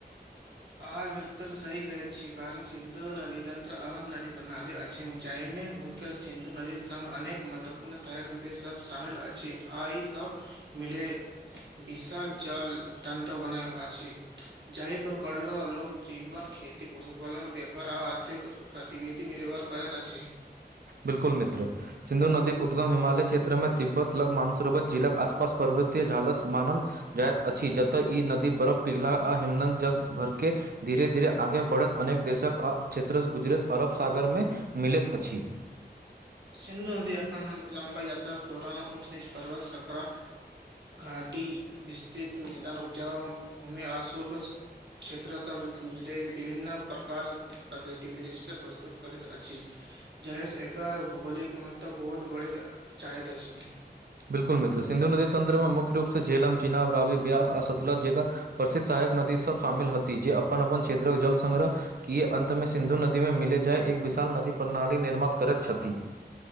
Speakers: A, on the right; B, on the right.
A: आहाँ बिलकुल सही कहै छी कारण सिन्धु नदी तन्त्र अहन नदी प्रणाली अछि जाहिमे मुख्य सिन्धु नदीक संग अनेक मत्व पुनः सहायक नदी सब शामिल अछि आ ई सब मिले विशाल जल तंत्र बनय अछि जहि पर कड़ोरो लोग जीवन खेती पशुपालन व्यापार आ आर्थिक गतिविधि निर्भर करैत अछि
B: बिल्कुल मित्र सिन्धु नदी उद्गम हिमालय क्षेत्र मे तिब्बत लग मानसरोवर झिलक आसपास पर्वतीय झालस मानल जाइत अछि जतय ई नदी बरफ पिघला आ हिमनत जस भरके धीरे धीरे आगे बढ़त अनेक देशक आ क्षेत्रसँ गुजरत अरब सागरमे मिलैत अछि
A: सिन्धु नदी अपन लम्बा याता दौरान ऊच नीच पर्वत संक्रा घाटी विस्तृित मैदान उपजा भूमि आशुल्क क्षेत्र सब गुजरै विभिन्न प्रकार प्रकृतिक दृश्य प्रस्तुत करैत अछि जाहिसँ एकर भौगोलिक महत्व बहुत बढै जाइत अछि
B: बिल्कुल मित्र सिन्धु नदी तंत्र मे मुख्य रूपसँ झेलम चिनाव रावी ब्यास आ सतलज जेका प्रसिद्ध सहायक नदी सब शामिल हती जे अपन अपन क्षेत्रक जल संग्रह कीऽ अन्तमे सिन्धु नदीमे मिले जाय एक विशाल नदी प्रणाली निर्माात करैत छथि